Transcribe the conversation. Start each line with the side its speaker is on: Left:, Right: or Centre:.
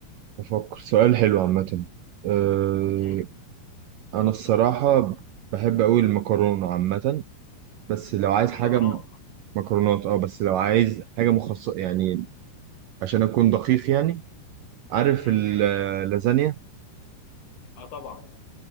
Right: أفكر سؤال حلو عامة آه
Left: امم
Right: أنا الصراحة بحب أوي المكرونة عامة بس لو عايز
Left: مكرونات
Right: حاجة م- مكرونات أه بس لو عايز حاجة مخصصة يعني عشان أكون دقيق يعني عارف
Left: امم
Right: ال- اللازانيا
Left: اه طبعا